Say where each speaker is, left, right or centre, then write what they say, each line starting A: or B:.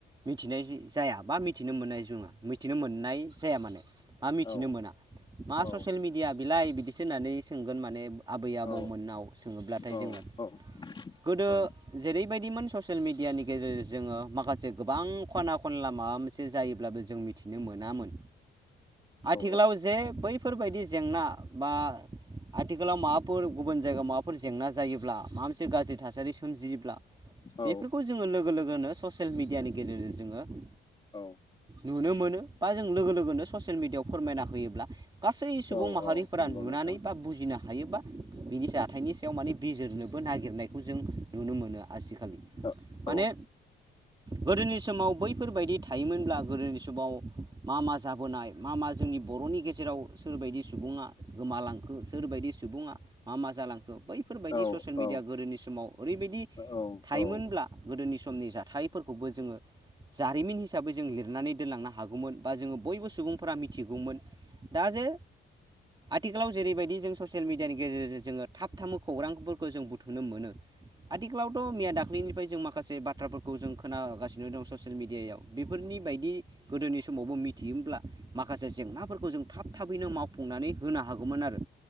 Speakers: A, on the right; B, on the left.
A: मिथिनाय जाया बा मिथिनो मोननाय जोङा मिथिनो मोननाय जाया माने बा मिथिनो
B: औ
A: मोना। मा
B: औ
A: ससियेल मिडिया बिलाय बिदिसो होननानै सोंगोन माने आबै आबौमोननाव
B: औ
A: सोङोब्लाथाय
B: औ
A: जोङो।
B: औ।
A: गोदो
B: औ
A: जेरैबायदिमोन ससियेल मिडियानि गेजेरजों जोङो माखासे गोबां खना खनला माबा मोनसे जायोब्लाबो जों‌ मिथिनो मोनामोन आथिखालाव
B: औ
A: जे बै फोरबायदि जेंना बा आथिखालाव माबाफोर गुबुन जायगायाव माबाफोर जेंना जायोब्ला माबा मोनसे गाज्रि थासारि सोमजियोब्ला बेफोरखौ
B: औ
A: जोङो लोगो लोगोनो ससियेल मिेडियानि गेजेरजों जोङो
B: औ
A: नुनो मोनो बा जों लोगो लोगोनो ससियेल मिडिया फोरमायना होयोब्ला गासै सुबुं
B: औ
A: माहारिफोरा
B: औ नंगौ
A: नुनानै
B: नोंथां
A: बा बुजिनो हायोबा बिनि जाथायनि नि सायाव माने बिजिरनोबो नागिरनायखौ जों नुनो मोनो आजखालि
B: औ
A: माने
B: औ
A: गोदोनि समाव बैफोरबायदि थायोमोनब्ला गोदोनि समाव मा मा जाबोनाय मा मा जोंनि बर'नि गेजेराव सोरबायदि सुबुङा गोमालांखो सोरबायदि सुबुङा मा मा जालांखो बैफोरबायदि
B: औ
A: ससियेल मिडिया
B: औ
A: गोदोनि समाव ओरैबायदि
B: औ औ औ
A: थायोमोनब्ला
B: औ
A: गोदोनि समनि जाथायफोरखौबो जोङो जारिमिन हिसाबै जों लिरनानै दोनलांनो हागौमोन बा जोङो बयबो सुबुं फोरा मिथिगौमोन दा जे आथिखालाव जेरैबायदि जों ससियेल मिडियानि गेजेरजों जोङो थाब थाबनो खौरांफोरखौ जों बुथुमनो मोनो। आदिखालावथ' मैया दाख निफ्राय जों माखासे बाथ्राफोरखौ जों खोनागासिनो दं ससियेल मिडियायाव बेफोरनि बायदि गोदोनि सम समावबो मिथियोब्ला माखासे जेंनाफोरखौ जों थाब थाबैनो मावफुंनानै होनो हागौमोन आरो